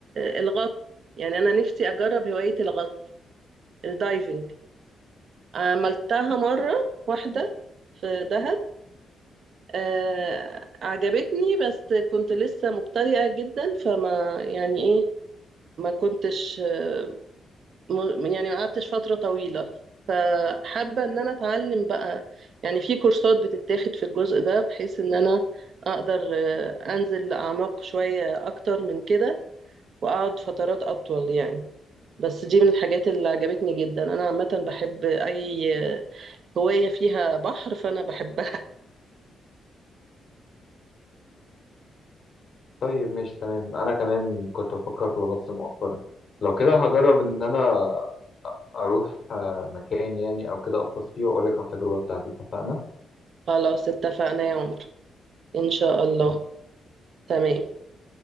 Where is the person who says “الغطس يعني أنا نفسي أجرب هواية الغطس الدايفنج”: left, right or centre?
Right